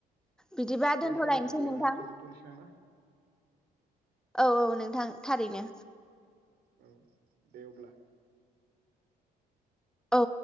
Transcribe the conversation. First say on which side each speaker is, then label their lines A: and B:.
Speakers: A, in the centre; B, on the right.
A: बिदिबा
B: बे
A: दोनथ'लायनोसै
B: सावरायनायखौ एयावनो
A: नोंथां
B: फोजोबथ'नोसै नामा
A: औ औ नोंथां थारैनो।
B: औ दे अब्ला।
A: औ।